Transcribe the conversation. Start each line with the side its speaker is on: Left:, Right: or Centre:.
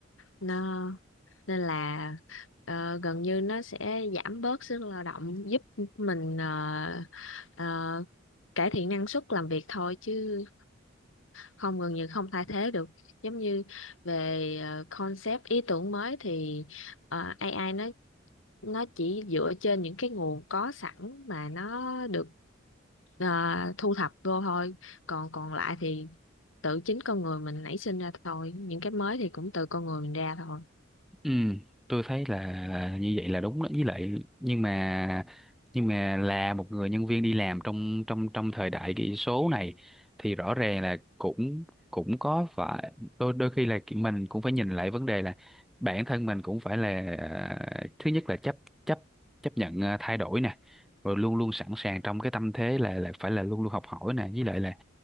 Left: nó nên là ờ, gần như nó sẽ giảm bớt sức lao động giúp mình ờ, ờ, cải thiện năng suất làm việc thôi chứ không gần như không thay thế được giống như về ờ, concept ý tưởng mới thì ờ, AI nó nó chỉ dựa trên những cái nguồn có sẵn mà nó được ờ, thu thập vô thôi còn còn lại thì tự chính con người mình nảy sinh ra thôi những cái mới thì cũng từ con người mình ra thôi
Centre: Ừ, tôi thấy là, là như vậy là đúng đó với lại nhưng mà nhưng mà là một người nhân viên đi làm trong trong trong thời đại kỹ số này thì rõ ràng là cũng cũng có phải đôi đôi khi là ki- mình cũng phải nhìn lại vấn đề là bản thân mình cũng phải là à, thứ nhất là chấp chấp chấp nhận à, thay đổi nè rồi luôn luôn sẵn sàng trong cái tâm thế là là phải là luôn luôn học hỏi nè với lại là